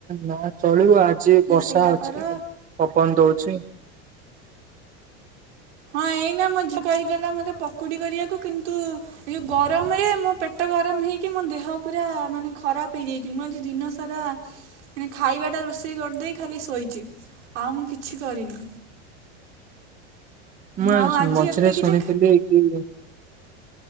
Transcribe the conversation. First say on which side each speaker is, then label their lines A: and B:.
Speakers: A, on the right; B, on the right.
A: ନା ଚଳିବ ଆଜି ବର୍ଷା
B: ସେଇଟା
A: ଅଛି
B: କର
A: ପବନ ଦଉଛି
B: ହ ଏଇନା ମୋ ଝିଅ କହିକି ଗଲା ମୋତେ ପକୁଡ଼ି କରିବାକୁ କିନ୍ତୁ ଏ ଗରମରେ ମୋ ପେଟ ଗରମ ହେଇକି ମୋ ଦେହ ପୁରା ମାନେ ଖରାପ ହେଇଯାଇଛି ମୁଁ ଆଜି ଦିନ ସାରା ମାନେ ଖାଇବାଟା ରୋଷେଇ କରିଦେଇ ଖାଲି ଶୋଇଛି ଆଉ ମୁଁ କିଛି କିଛି କରିନି।
A: ମା
B: ଆଉ ଆଜି
A: ମଝିରେ
B: ଏତେ କିଛି
A: ଶୁଣିଥିଲି କି